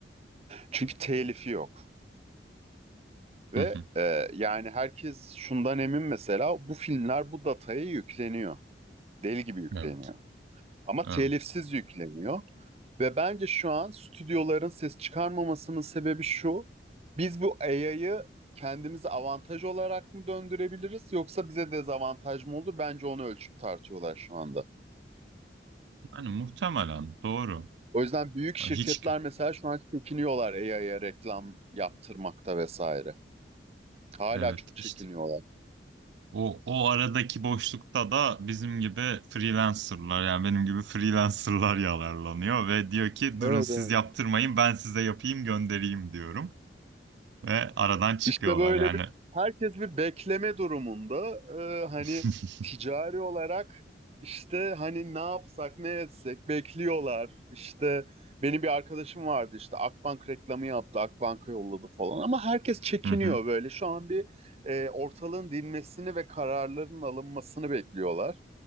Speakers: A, on the right (about 35°); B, on the right (about 75°).
A: Çünkü telifi yok. Ve
B: hı hı.
A: e, yani herkes şundan emin mesela bu filmler bu dataya yükleniyor. Deli gibi yükleniyor.
B: Evet,
A: Ama
B: evet.
A: telifsiz yükleniyor. Ve bence şu an stüdyoların ses çıkarmamasının sebebi şu. Biz bu AI'yı kendimize avantaj olarak mı döndürebiliriz yoksa bize dezavantaj mı olur? Bence onu ölçüp tartıyorlar şu anda.
B: Yani muhtemelen doğru.
A: O yüzden büyük şirketler
B: Hiç
A: mesela şu an çekiniyorlar AI'ya reklam yaptırmakta vesaire. Hala
B: evet
A: çok çekiniyorlar.
B: işte O, o aradaki boşlukta da bizim gibi freelancerlar yani benim gibi freelancerlar yalarlanıyor ve diyor ki durun
A: Evet,
B: siz
A: evet.
B: yaptırmayın ben size yapayım göndereyim diyorum ve aradan çıkıyorlar
A: İşte böyle
B: yani.
A: bir herkes bir bekleme durumunda Ee, hani
B: <laughs>
A: ticari olarak işte hani ne yapsak ne etsek bekliyorlar. İşte benim bir arkadaşım vardı işte Akbank reklamı yaptı, Akbank'a yolladı falan ama herkes çekiniyor
B: Hı hı.
A: böyle. Şu an bir e, ortalığın dinmesini ve kararların alınmasını bekliyorlar.